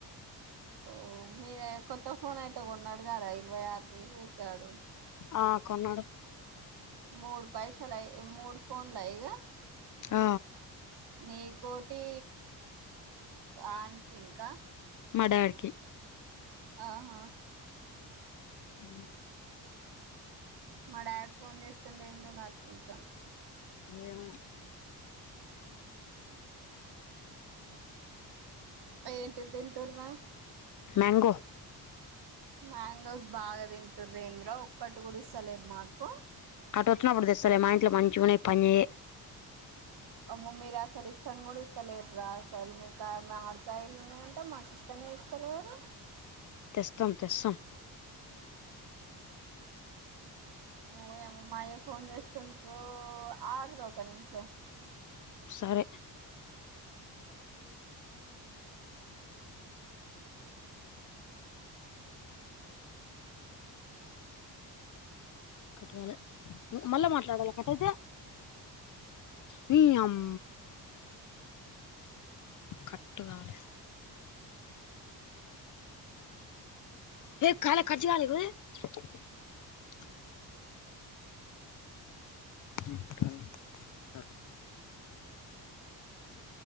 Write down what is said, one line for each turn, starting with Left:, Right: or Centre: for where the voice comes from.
Right: ఓ మీరే కొత్త ఫోన్ అయితే కొన్నాడు గదా, ఇరవై ఆరు వేలు పెట్టి ఆడు.
Left: ఆ కొన్నాడు.
Right: మూడు పైసాలై, మూడు ఫోన్ల ఇగా.
Left: ఆ
Right: నీకోటి, ఆన్కి ఇంకా
Left: మా డాడీ కి
Right: ఆహా
Left: ఉమ్
Right: మా డాడ్ ఫోన్ చేస్తుండు ఏందో నాక్ ఇంకా.
Left: ఏమో
Right: ఏంటి తింటుర్రా.
Left: మ్యాంగో
Right: మ్యాంగోవ్స్ బాగా తింటుర్రు ఏందీరా, ఒక్కటి గుడా ఇస్తలేరు మాకు.
Left: అటు వచ్చినప్పుడు తెస్తలే, మా ఇంట్లో మంచిగున్నాయ్ పనిజెయ్యయ్.
Right: అమ్మో మీర్ అసల్ ఇస్తాన్ గుడా, ఇస్తలేర్ రా అసలు మీ <unintelligible> మడికాయలు ఉన్నాయంట, మాక్ ఇస్తనే ఇస్తలేరు.
Left: తెస్తం తెస్సం.
Right: ఓ యమ్మో మా అయ్య ఫోన్ చేస్తుండురో, ఆగరో ఒక నిమిషం.
Left: సరే కట్ కాలే, మళ్ళా మాట్లాడాల కట్ట అయితే. నీ యమ్ కట్ గాలే ఏ కాలే, కట్ కాలే <unintelligible>
Right: అ
Left: విఠల్ దా